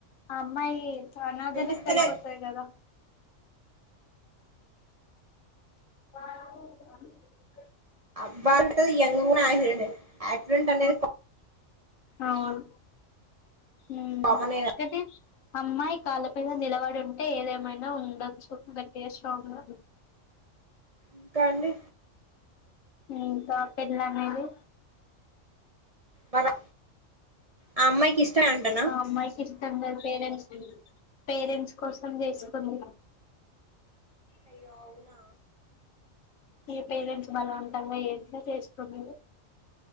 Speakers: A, on the left (about 90°); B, on the right (about 40°).
A: ఆ అమ్మాయి అనాధ
B: వినిపిస్తలే
A: లెక్క అయిపోతాయి కదా <unintelligible>
B: అబత యంగ్ కూడా యాడెంట్ యాక్సిడెంట్ అనేది
A: అవును ఉ
B: కామనే కదా
A: కంటే అమ్మాయి కళ్లా పైన నిలబడి ఉంటే ఏదేమైనా ఉండొచ్చు గట్టిగా స్ట్రాంగ్ ఉ
B: ఇంకా అండి
A: ఇంకా పెిళ్ల అనేది
B: మరి ఆ అమ్మాయికి ఇష్టమే అంటనా
A: ఆ అమైకి ఇష్టంలేదు పేరెంట్స్ పేరెంట్స్ కోసం చేసుకుంది
B: అయ్యో అవునా
A: ఏ పైరేంట్స్ బలవంతంగా ఏస్తే చేసుకున్నా